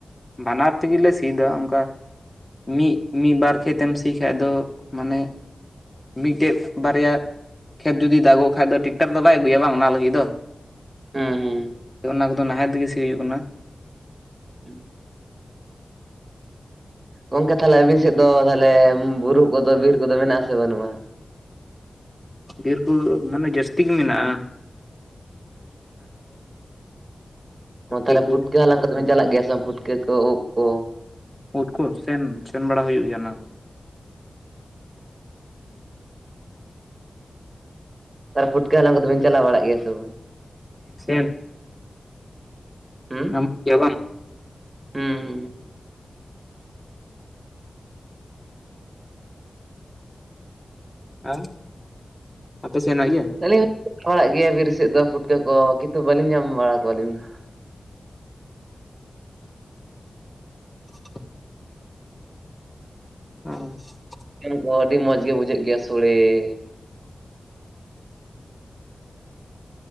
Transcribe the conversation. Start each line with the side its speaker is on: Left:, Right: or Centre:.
Left: ᱵᱟᱱᱟᱨ ᱛᱮᱜᱤ ᱞᱮ ᱥᱤᱭ ᱫᱟ ᱚᱱᱠᱟ ᱢᱤᱫ ᱢᱤᱫ ᱵᱟᱨ ᱠᱷᱮᱛᱮᱢ ᱥᱤ ᱠᱷᱟᱡ ᱫᱚ ᱢᱟᱱᱮ ᱢᱤᱫᱴᱮᱡ ᱵᱟᱨᱭᱟ ᱠᱷᱮᱛ ᱡᱩᱫᱤ ᱫᱟᱜᱚᱜᱚ ᱠᱷᱟᱡ ᱫᱚ ᱴᱮᱠᱴᱟᱨ ᱫᱚ ᱵᱟᱭ ᱟᱹᱜᱩᱭᱟ ᱵᱟᱝ ᱚᱱᱟ ᱞᱟᱹᱜᱤᱫ ᱫᱚ
Right: ᱦᱩᱸ ᱦᱩᱸ ᱾
Left: ᱚᱱᱟ ᱠᱚᱫᱚ ᱱᱟᱦᱮᱞ ᱛᱮᱜᱮ ᱥᱤ ᱦᱩᱭᱩᱜ ᱠᱟᱱᱟ ᱾
Right: ᱦᱩᱸ ᱜᱚᱝᱠᱮ ᱛᱟᱦᱚᱞᱮ ᱟᱵᱤᱱ ᱥᱮᱫ ᱫᱚ ᱛᱟᱦᱚᱞᱮ ᱵᱩᱨᱩ ᱠᱚᱫᱚ ᱵᱤᱨ ᱠᱚᱫᱚ ᱢᱮᱱᱟᱜᱼᱟ ᱥᱮ ᱵᱟᱹᱱᱩᱜᱼᱟ?
Left: ᱵᱤᱨ ᱠᱚ ᱢᱟᱱᱮ ᱡᱟᱹᱥᱛᱤ ᱜᱮ ᱢᱮᱱᱟᱜᱼᱟ ᱾ ᱦᱟᱹᱛᱤ
Right: ᱚ ᱛᱟᱦᱚᱞᱮ
Left: ᱠᱚ
Right: ᱯᱩᱴᱠᱟᱹ ᱦᱟᱞᱟᱝ ᱠᱚ ᱪᱟᱞᱟᱜ ᱜᱮᱭᱟ ᱥᱮ ᱯᱩᱴᱠᱟᱹ ᱠᱚ ᱩᱫ ᱠᱚ
Left: ᱩᱫ ᱠᱚ ᱥᱮᱱ ᱥᱮᱱ ᱵᱟᱲᱟ ᱦᱩᱭᱩᱜ ᱜᱮᱭᱟ ᱚᱱᱟ ᱠᱚ
Right: ᱛᱟᱨ ᱯᱩᱴᱠᱟᱹ ᱦᱟᱞᱟᱝ ᱠᱚᱫᱚ ᱵᱮᱱ ᱪᱟᱞᱟᱣ ᱵᱟᱲᱟ ᱜᱮᱭᱟ ᱥᱮ ᱵᱟᱝ?
Left: ᱥᱮᱸᱱ
Right: ᱦᱩᱸ
Left: ᱟᱢ ᱪᱮᱫ ᱦᱚᱸ ᱵᱟᱝ
Right: ᱦᱩᱸ ᱦᱩᱸ
Left: ᱟᱨ ᱟᱯᱮ ᱥᱮᱱ ᱦᱮᱱᱟᱜ ᱜᱮᱭᱟ
Right: ᱟᱹᱞᱤᱧ ᱦᱚᱸᱞᱤᱧ ᱦᱮᱡ ᱵᱟᱲᱟᱜ ᱜᱮᱭᱟ ᱵᱤᱨ ᱥᱮᱫ ᱫᱚ ᱯᱩᱴᱠᱟᱹ ᱠᱚ ᱠᱤᱱᱛᱩ ᱵᱟᱹᱞᱤᱧ ᱧᱟᱢ ᱵᱟᱲᱟ ᱠᱚᱣᱟ ᱟᱹᱞᱤᱧ ᱫᱚ ᱾
Left: <inaudible> ᱚ ᱾
Right: ᱠᱚ ᱟᱹᱰᱤ ᱢᱚᱡᱽ ᱜᱮ ᱵᱩᱡᱷᱟᱹᱜ ᱜᱮᱭᱟ ᱥᱳᱲᱮ ᱾